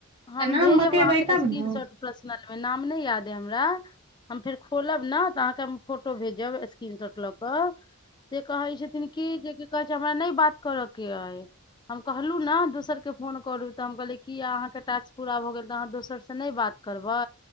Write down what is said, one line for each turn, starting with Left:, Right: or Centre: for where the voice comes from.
Left: हम
Right: नाम
Left: भेजब
Right: बतेबै
Left: अहाँके
Right: तब
Left: स्क्रीन
Right: ने
Left: शॉट प्रसनल नाम नहि याद हमरा हम फेर खोलब न तऽ अहाँके हम फोटो भेजब स्क्रीन शॉट लऽ कऽ से कहै छथिन कि जे कहै छै हमरा नहि बात करऽ के अइ हम कहलहुँ ने दोसरके फोन करू तऽ हम कहलियै कि अहाँके टास्क पूरा भऽ गेल तऽ अहाँ दोसरसँ नहि बात करबै